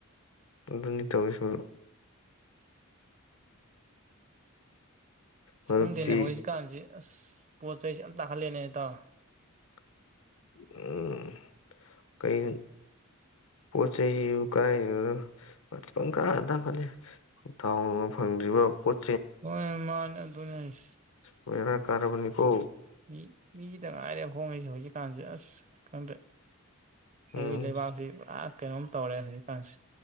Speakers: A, on the left; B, on the right.
A: ꯑꯗꯨꯅꯤ ꯇꯧꯋꯤꯁꯨ ꯃꯔꯨꯞꯇꯤ
B: ꯈꯪꯗꯦꯅꯦ ꯍꯧꯖꯤꯛ ꯀꯥꯟꯁꯦ ꯑꯁ ꯄꯣꯠ ꯆꯩꯁ ꯌꯥꯝ ꯇꯥꯡꯈꯠꯂꯦꯅꯦ ꯇꯥꯎ
A: <unintelligible> ꯀꯩ ꯄꯣꯠꯆꯩ ꯀꯥꯏꯅꯣꯅꯣ ꯄꯪ ꯀꯥ ꯇꯥꯡꯈꯂꯤ ꯊꯥꯎꯅ ꯐꯪꯗ꯭ꯔꯤꯕ ꯄꯣꯠ
B: ꯍꯣꯏ ꯃꯥꯅꯦ ꯑꯗꯨꯅꯦ ꯍꯥꯢꯁꯦ
A: ꯑꯣꯏꯕ ꯀꯔꯕꯅꯤꯀꯣ
B: ꯃꯤ ꯃꯤꯒꯤꯗ ꯉꯥꯏꯔꯦ ꯍꯣꯡꯉꯁꯦ ꯍꯧꯖꯤꯛꯀꯥꯟꯁꯦ ꯑꯁ ꯈꯪꯗꯦ ꯑꯩꯈꯣꯏ
A: ꯎꯝ
B: ꯂꯩꯕꯥꯛꯁꯤ ꯄꯨꯥ ꯀꯩꯅꯣꯝ ꯇꯧꯔꯦ ꯍꯧꯖꯤꯛꯀꯥꯟꯁꯤ